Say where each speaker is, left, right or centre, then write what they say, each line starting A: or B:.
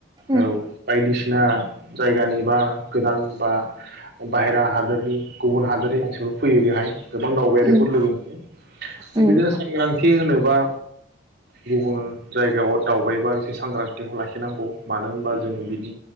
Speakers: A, on the right (about 20°); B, on the right (about 60°).
A: उम
B: औ बायदिसिना जायगानि बा गोदान बा बाहेरा हादोरनि गुबुन हादरनि मानसिफोर फैयो बेहाय गोबां दावबायारिफोर
A: उम
B: लोगो मोनो बिदिनो
A: उम
B: सांग्रांथि होनोबा गुबुन जायगायाव दावबायबा एसे सांग्रांथिखौ लाखिनांगौ मानो होनबा जों बिनि